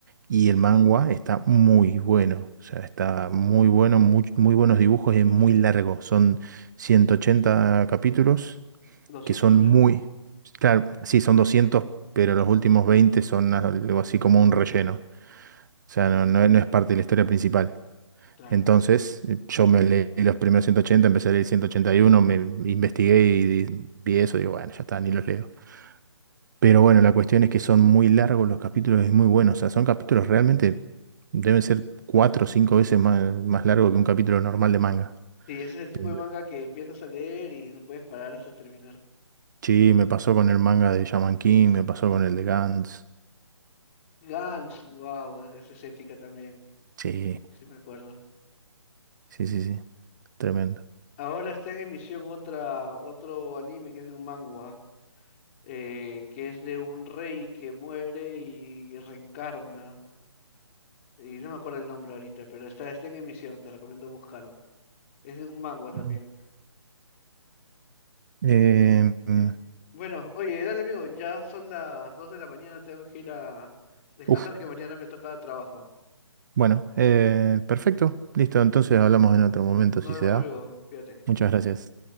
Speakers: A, on the right (about 40°); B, on the left (about 25°).
A: y el manhwa está muy bueno, o sea, está muy bueno, muy, muy buenos dibujos y es muy largo. Son 180 capítulos
B: 200
A: que son
B: creo,
A: muy, claro, sí, son 200, pero los últimos 20 son algo así como un relleno. O sea, no, no no es parte de la historia principal.
B: claro.
A: Entonces, eh, yo me leí los primeros 180, empecé a leer 181, me investigué y vi eso, digo, bueno, ya está, ni los leo. Pero bueno, la cuestión es que son muy largos los capítulos y muy buenos. O sea, son capítulos realmente, deben ser cuatro o cinco veces más, más largo que un capítulo normal de manga.
B: Sí, ese es el tipo
A: Pero-
B: de manga que empiezas a leer y no puedes parar hasta terminar.
A: Sí, me pasó con el manga de Shaman King, me pasó con el de Gantz.
B: Gans, wow, esa es épica también,
A: Sí,
B: sí me acuerdo.
A: sí, sí, sí, tremendo.
B: Ahora está en emisión otra, otro anime que es de un manhwa, eh, que es de un rey que muere y reencarna. Y no me acuerdo el nombre ahorita, pero está, está en emisión, te recomiendo buscarlo. Es de un manhwa también.
A: Ah. Eh, mm,
B: Sí. Bueno, oye, dale amigo, ya son las 2 de la mañana, tengo que ir a descansar
A: uf,
B: que mañana me toca trabajo.
A: bueno, eh, perfecto, listo, entonces hablamos en otro momento
B: Nos
A: si
B: vemos
A: se da.
B: amigos, cuídate.
A: Muchas gracias.